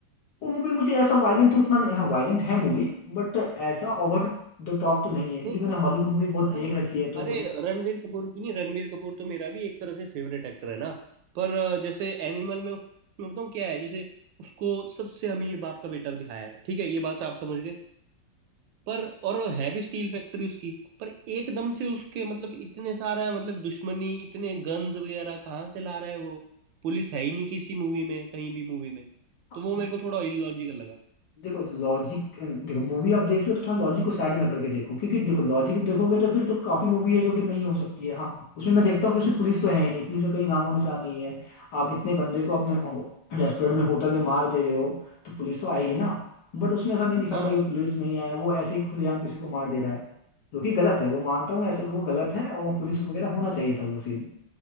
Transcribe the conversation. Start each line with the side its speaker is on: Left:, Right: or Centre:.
Left: वो मूवी मुझे ऐसा वायलेंट तो उतना नहीं हाँ वायलेंट है मूवी बट ऐसा ओवर द टॉप तो नहीं है क्योंकि
Right: नहीं
Left: मैंने हॉलीवुड मूवी बहुत
Right: रन,
Left: देख रखी है तो
Right: अरे रणवीर कपूर की नहीं रणवीर कपूर तो मेरा भी एक तरह से फेवरेट एक्टर है ना पर अ, जैसे एनिमल में उसमें बताऊँ क्या है जैसे उसको सबसे अमीर बाप का बेटा दिखाया है ठीक है ये बात तो आप समझ गए पर और है भी स्टील फैक्ट्री उसकी पर एकदम से उसके मतलब इतने सारा मतलब दुश्मनी इतने गन्स वगैरह कहाँ से ला रहा है वो पुलिस है ही नहीं किसी मूवी में कहीं भी मूवी में तो वो
Left: मुझे
Right: मेरे को थोड़ा इलॉजिकल लगा
Left: देखो लॉजिक देखो मूवी आप देख रहे हो तो थोड़ा लॉजिक को साइड में करके देखो क्योंकि देखो लॉजिक देखोगे तो फिर तो काफी मूवी है जो कि नहीं हो सकती है हाँ उसमें मैं देखता हूँ कि उसमें पुलिस तो है ही नहीं पुलिस का कहीं नामो निशान नहीं है आप इतने बंदे को अपने रेस्टोरेंट में होटल में मार दे रहे हो तो पुलिस तो आएगी ना बट उसमें ऐसा नहीं दिखाता
Right: हाँ
Left: कि पुलिस नहीं आया वो ऐसे ही खुलेआम किसी को मार दे रहा है जो कि गलत है वो मानता हूँ ऐसे वो गलत है और वो पुलिस वगैरह होना चाहिए था वो सीन